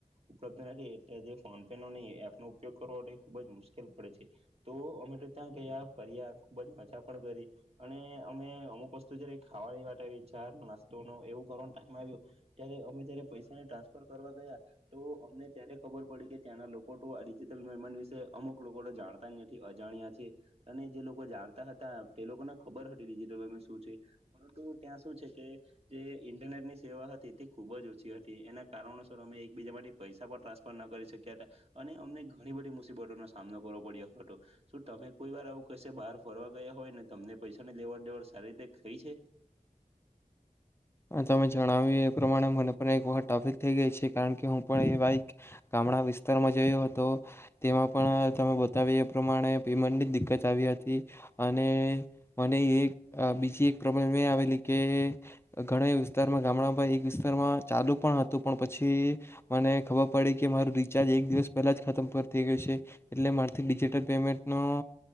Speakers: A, on the right; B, on the left.
A: ઉપલબ્ધ નથી એટલે જે ફોન પે નો નહીં એપનોો ઉપયોગ કરવો એ ખૂબ જ મુશ્કેલ પડે છે તો અમે ત્યાં ગયા ફર્યા ખૂબ જ મજા પણ કરી અને અમે અમુક વસ્તુ જ્યારે ખાવાની વા વિચાર નાસ્તો ન એવું કરવાનો ટાઈમેમ આવ્યો. ત્યારે અમે જયારે પૈસાને ટ્રાન્સફર કરવા ગયા તો અમને ત્યારે ખબર પડી કે ત્યાંના લોકો તો આ ડિજિટલ પેમેન્ટ વિશે અમુક લોકો તો જાણતા નથી અજાણ્યા છે અને જે લોકો જાણતા હતા તે લોકોને ખબર હતી ડિજિટલ પેમેન્ટ શું છે પરંતુ ત્યાં શું છે કે જે ઇન્ટરનેટ ની સેવા હતી. તે ખૂબ જ ઓછી હતી એના કારણોસર અમે એકબીજા માટે પૈસા પણ ટ્રાન્સફર ના કરી શક્યા હતા અને અમને ઘણી બધી મુસીબતોનોો સામનો કરવો પડ્યો હતો શું તમે કોઈ વાર આવું કશે બહાર ફરવા ગયા હોય ને તમને પૈસાની લેવડ દેવડ સારી રીતે થઈ છે.
B: તમે જણાવ્યું એ પ્રમાણે મને પણ એક વખત ટ્રાફિક થઈ ગઈ છે કારણ કે હું પણ એ બાઈક ગામડા વિસ્તારમાં ગયો હતો તેમાં પણ તમે બતાવી એ પ્રમાણે પેન્ટની દિકકત આવી હતી અને મને એક બીજી એક પ્રબલેમ એ આવેલી કે ઘણા વિસ્તારમાં ગામડામાં એક વિસ્તારમાં ચાલુ પણ હતું પણ પછી મને ખબર પડી કે મારું રિચાર્જ એક દિવસ પહેલાં જ ખતમ થઈ ગયું છે એટલે મારીથી ડિજિટલ પેમેન્ટનો